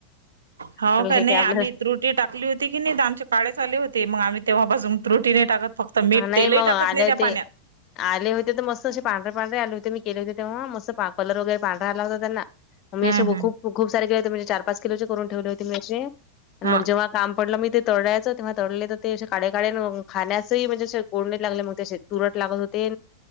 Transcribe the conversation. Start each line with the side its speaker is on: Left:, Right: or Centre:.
Right: ह
Left: म्हटलं
Right: का
Left: हे
Right: नाही
Left: काय आपलं
Right: आम्ही त्रुट टी टाकाली होती की नही त आमचे काळे झाले होते. मग आम्ही तेव्हापासून तुरटी नाही टकत. फक्त मीठ.
Left: नाही
Right: तेलही
Left: मग आले
Right: टाकत नाही
Left: होते
Right: त्या पाण्यात.
Left: आले होते तर मस्त असे पांढरे पांढरे आले होते, मी केले होते तेव्हा. मस्त कलर वगैरे पांढरा आला होता त्यांना. मी
Right: हम्म
Left: अशे
Right: हम्म
Left: खूप खूप सारे केले होते. म्हनजे चार पाच किलोचे करून ठेवले होते मी अशे.
Right: हा
Left: मग जेंव्हा काम पडलं मी ते तळयाचं, तेव्हा तडले तर ते अशे काडे काडे खाण्यास <unintelligible> म्हणजे क लागले तुरट लागत होते